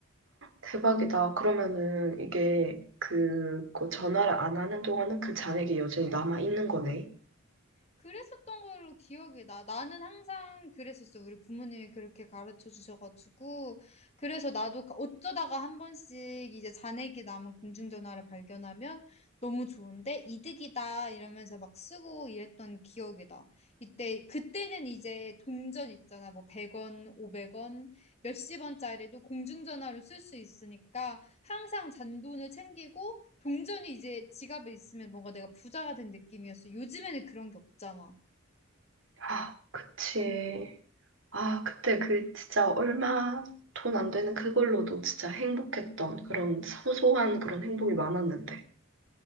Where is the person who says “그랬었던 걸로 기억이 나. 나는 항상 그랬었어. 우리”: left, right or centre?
Left